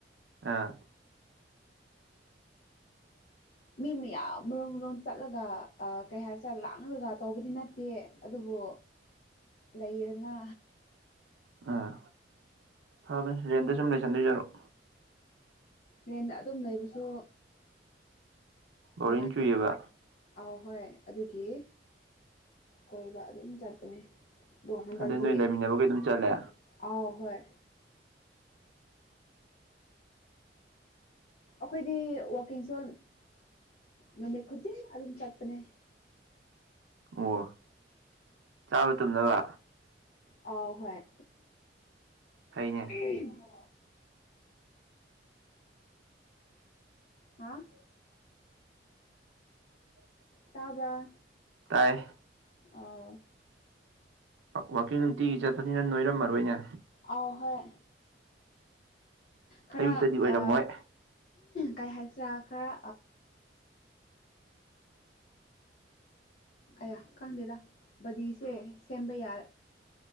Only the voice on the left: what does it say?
ꯃꯤ ꯃꯌꯥꯝ ꯃꯔꯨꯝ ꯃꯔꯨꯝ ꯆꯠꯂꯒ ꯀꯩ ꯍꯥꯏꯁꯤꯔꯦ ꯂꯥꯡꯔꯒ ꯇꯧꯕꯗꯤ ꯅꯠꯇꯦ ꯑꯗꯨꯕꯨ ꯂꯩꯗꯅ
ꯇ꯭ꯔꯦꯟꯗ ꯑꯗꯨꯝ ꯂꯩꯕꯁꯨ
ꯅꯨꯡꯉꯥꯏꯇ
ꯑꯧ ꯍꯣꯏ ꯑꯗꯨꯒꯤ ꯀꯣꯏꯕ ꯑꯗꯨꯝ ꯆꯠꯄꯅꯦ ꯑꯗꯣ ꯍꯟꯗꯛꯇꯤ
ꯑꯥꯎ ꯍꯣꯏ ꯑꯩꯈꯣꯏꯗꯤ ꯋꯥꯛꯀꯤꯡꯁꯨ ꯅꯨꯃꯤꯠ ꯈꯨꯗꯤꯡ ꯑꯗꯨꯝ ꯆꯠꯄꯅꯦ
ꯑ ꯍꯣꯏ
ꯎ ꯍꯥꯥ
ꯇꯥꯕ꯭ꯔꯥ
ꯑꯥꯎ
ꯑꯥꯎ ꯍꯣꯏ ꯈꯔ
ꯑ ꯀꯩ ꯍꯥꯏꯁꯤꯔꯥ ꯈꯔ ꯑꯌꯥ ꯈꯪꯗꯦꯗ ꯕꯗꯤꯁꯦ ꯁꯦꯝꯕ ꯌꯥ